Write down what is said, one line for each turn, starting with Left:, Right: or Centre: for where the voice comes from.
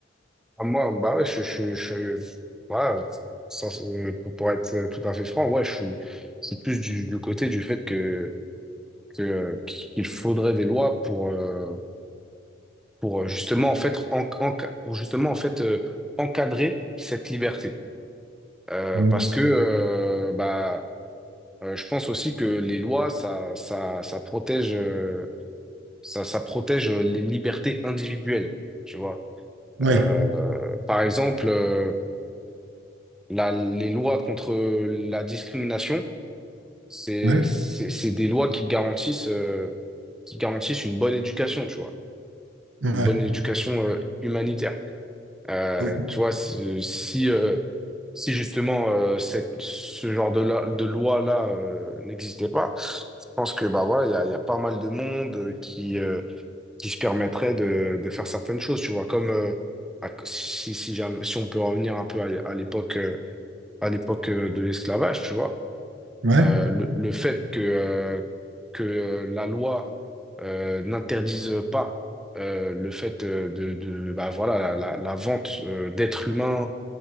Centre: Ah, moi, bah ouais, je, je, je, voilà, ça, euh, pour, pour être tout à fait franc, ouais, je suis, c'est plus du, du côté du fait que, que, euh, qu'il faudrait des lois pour, euh, pour euh, justement en fait en- en- pour justement en fait euh, encadrer cette liberté Euh,
Right: Ouais,
Centre: parce que euh, bah euh, je pense aussi que les lois ça ça ça protège euh, ça ça protège les libertés individuelles tu vois
Right: ouais,
Centre: Euh, par exemple euh, la- les lois contre la discrimination c'est
Right: ouais,
Centre: c'est c'est des lois qui garantissent euh, qui garantissent une bonne éducation tu vois
Right: ouais,
Centre: une bonne éducation euh, humanitaire Euh,
Right: ouais,
Centre: tu vois, si, si, euh, si justement euh, cette, ce genre de, la- de loi-là euh, n'existait pas, je pense que bah voilà, il y a, il y a pas mal de monde euh, qui, euh, qui se permettrait de, de faire certaines choses, tu vois, comme euh, à- si, si, si j'ai un- si on peut revenir un peu à, à l'époque euh, à l'époque euh, de l'esclavage, tu vois
Right: ouais,
Centre: euh, le, le fait que, euh, que euh, la loi euh, n'interdise pas euh, le fait euh, de, de bah, voilà, la, la- la vente euh, d'êtres humains,